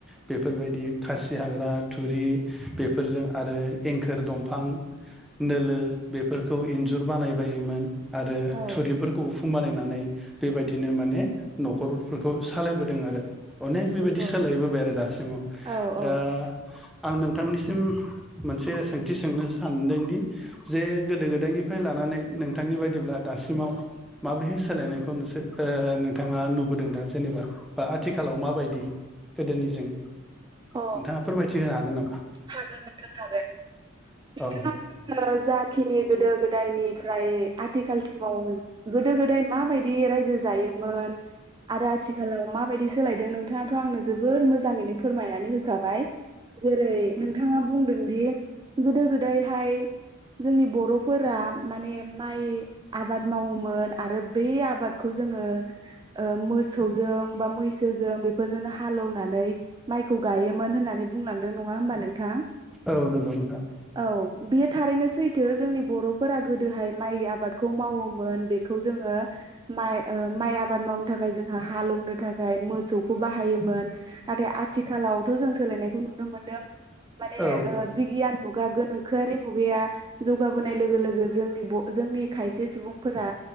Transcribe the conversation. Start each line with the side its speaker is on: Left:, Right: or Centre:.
Centre: बेफोरबायदि खासि हाग्रा, थुरि बेफोरजों आरो एंखोर दंफां नोलो बेफोरखौ इन्जुर बानायबायोमोन आरो
Right: औ
Centre: थुरिफोरखौ बानायनानै बेबायदिनो माने न'खरफोरखौ सालायबोदों आरो। अनेक बेबायदि
Right: नंगौ
Centre: सोलायबोबाय आरो दासिमाव।
Right: औ
Centre: दा
Right: औ
Centre: आं नोंथांनिसिम मोनसे सोंथि सोंनो सानदोंदि जे गोदो गोदायनि फ्राय लानानै नोंथांनि बायदिब्ला दासिमाव माब्रैहाय सोलायनायखौ नोंसोर ओ नोंथाङा नुबोदों दा जेनेबा बा आथिखालाव माबायदि गोदोनिजों?
Right: अ
Centre: नोंथाङा फोरमायथि होनो हागोन
Right: हागोन नोंथां हागोन।
Centre: नामा
Right: नोंथाङा
Centre: औ
Right: दा आंनो जाखिनि गोदो गोदायनि फ्राय आथिखालसिमाव गोदो गोदाय माबायदि रायजो जायोमोन आरो आथिखालाव माबायदि सोलायदों नोंथाङाथ' आंनो जोबोद मोजाङैनो फोरमायनानै होखाबाय जेरै नोंथाङा बुंदों दि गोदो गो दायहाय जोंनि बर'फोरा माने माइ आबाद मावोमोन आरो बै आबादखौ जोङो ओ मोसौजों बा मैसोजों बेफोरजोंनो हालौनानै माइखौ गायोमोन होननानै बुंलांदों नङा होमबा नोंथां?
Centre: औ नंगौ औ नंगौ नोंथां
Right: औ बेयो थारैनो सैथो, जोंनि बर'फोरा गोदोहाय माइ आबादखौ मावोमोन। बेखौ जोङो माइ ओ माइ आबाद मावनो थाखाय जोंहा हालौनो थाखाय मो सौखौ बाहायोमोन नाथाय आ थिखालावथ' जों सोलायनायखौ नुनो मोनदों माने
Centre: औ
Right: ओ बिगियान मुगा गोनोखोआरि मुगाया जौगाबोनाय लोगो लोगो जोंनि ब जोंनि खायसे सुबुंफोरा